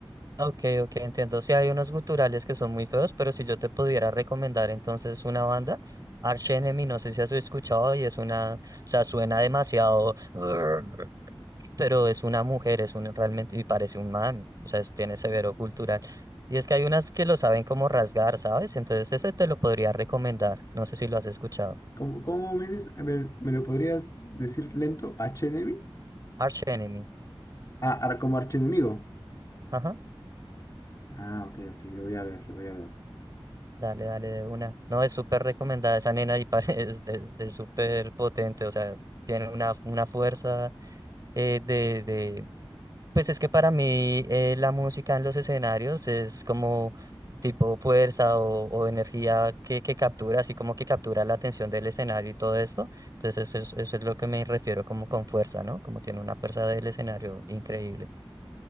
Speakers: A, on the right; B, on the left.
A: Ok, ok, entiendo. Sí, hay unos guturales que son muy feos, pero si yo te pudiera recomendar entonces una banda, Arch Enemy, no sé si has escuchado y es una, o sea, suena demasiado, <laughs> pero es una mujer, es un realmente, y parece un man, o sea, es- tiene severo cultural. Y es que hay unas que lo saben como rasgar, ¿sabes? Entonces ese te lo podría recomendar, no sé si lo has escuchado.
B: ¿Cómo, cómo me dices? A ver, ¿Me, lo podrías decir lento? ¿H-enemy?
A: Arch Enemy.
B: Ah, ar- como archienemigo.
A: Ajá.
B: Ah, ok, ok, lo voy a ver, lo voy a ver.
A: Dale, dale, de una. No, es súper recomendada esa nena y pare- <laughs> es, es, es súper potente, o sea, tiene una, una fuerza eh, de, de... Pues es que para mí eh, la música en los escenarios es como tipo fuerza o, o energía que, que captura, así como que captura la atención del escenario y todo esto. Entonces eso es, eso es lo que me refiero como con fuerza, ¿no? Como tiene una fuerza del escenario increíble.